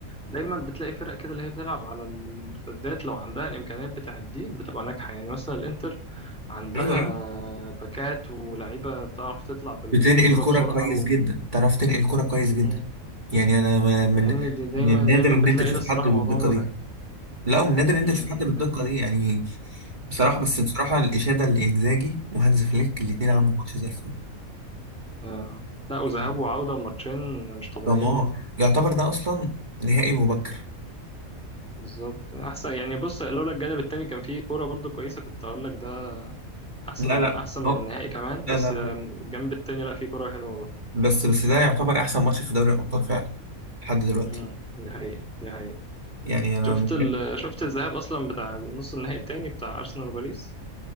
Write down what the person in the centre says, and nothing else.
دايما بتلاقي فرق كده اللي هي بتلعب على المرتدات لو عندها الإمكانيات بتاعت دي بتبقى ناجحة يعني مثلا الإنتر عندها
باكات ولعيبة بتعرف تطلع بالكرة
بسرعة
و...
مم.
فاهمني دي دايما
دايما
بتلاقي
ده الصراحة
موضوع مزعج
مم.
مم.
فاهمني
آه. لا وذهاب
وعودة ماتشين مش طبيعيين
يعني
بالظبط احسن يعني بص لولا الجانب التاني كان فيه كورة برضو كويسة كنت اقول لك ده احسن
احسن من
النهائي كمان
بس
آم،
الجنب التاني لا فيه كورة حلوة برضو
امم دي حقيقة دي حقيقة
شفت
ال... شفت الذهاب اصلا بتاع نص النهائي التاني بتاع ارسنال وباريس